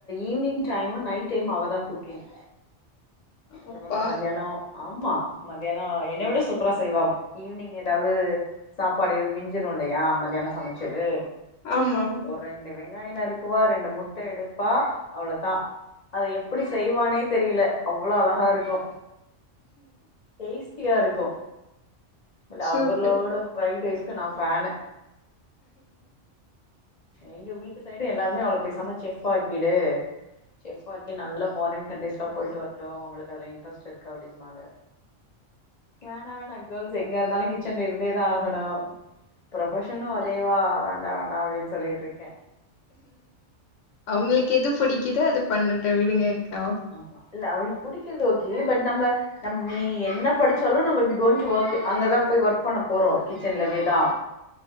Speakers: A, on the left (about 45°); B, on the left (about 85°).
A: ஈவி்னிங் டைமு நைட் டைமு அவதா குக்கிங்
B: அப்பா
A: நமக்கு மத்யாணோ ஆமா மத்தியாணோ என்ன விட அப்புற செய்வா ஈவி்னிங் ஏதாவது சாப்பாடு எது மிஞ்சிரு இல்லையா மத்தியாணோ சமச்சது
B: ஆமா
A: ஒரு ரெண்டு வெங்காய நறுக்குவா ரெண்டு முட்ட எடுப்பா அவ்ளோதா அத எப்டி செய்வானே தெரியல அவ்ளோ அழகா இருக்கு டேஸ்டியா இருக்கு இல்ல
B: சூப்பர்
A: அவளோட ஃப்ரைட் ரைஸ் க்கு நா ஃபேனு எங்க வீட்டு சைடு எல்லார்மே அவள பேசாம செஃப் ஆக்கிடு செஃப் ஆக்கி நல்லா ஃபாரின் கண்ட்ரீஸ்லா போயிட்டு வர்ட்டு அவளுக்கு அதுல இன்ரஸ்ட் இருக்கு அப்படிம்பாங்க வேணா வேணா கேல்ஸ் எங்க இருந்தாலு கிச்சன்ல இருந்தே தா ஆகணு ப்ரொஃபசன்னு அதேவா வேண்டா வேண் நா அப்டின்னு சொல்லிட்டு இருக்கே
B: அவுங்களுக்கு எது புடிக்குதோ அத பன்னட்டு விடுங்க அக்கா
A: ஆம்மா இல்ல அவளுக்கு புடிக்கிறது ஓகே பட் நம்ப நம் நீ என்ன படிச்சாலு நம்ம வி கோயிங் டூ ஒர்க் அங்கதா போய் ஒர்க் பண்ண போறோ கிச்சன்லவே தா